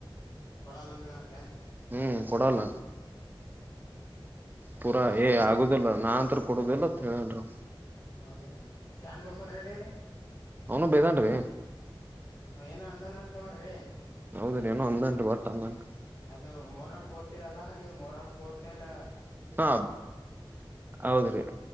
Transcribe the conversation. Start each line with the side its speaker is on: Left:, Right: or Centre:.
Left: ಕೊಡಲ್ಲ ಅಂದ್ರ ಅಂತ ಏನ್ರಿ
Right: ಹ್ಮ್ ಕೊಡಲ್ಲ
Left: ಹೌದ
Right: ಪೂರಾ
Left: ಅವಂದ
Right: ಏ
Left: ಒಂದ
Right: ಆಗುದಿಲ್ಲ ನಾನ್ಂತ ಕೊಡುದಿಲ್ಲತ್ ಹೇಳನ್ರು
Left: ಹೌದ ರೀ ಶಾನ್ ಭೂಪಾಲ್ ರೆಡ್ಡಿ ರೀ
Right: ಅವ್ನು ಬೇದನ್ರಿ
Left: ಅವ ಏನೋ ಅಂದನ ಅಂತ ನೋಡ್ರಿ
Right: ಹೌದ ರೀ ಏನೋ ಅಂದಂನ್ರೀ ಒಟ್ಟ ಅಂದಂನ್ರೀ
Left: ಅದು ಮೊಹರಂ ಕೋತಿೀರಲ್ಲಾ ನೀವ್ ಮೊಹರಂ ಹೋದ್ಮೇಲೆ
Right: ಹಾ ಹೌದ್ರೀ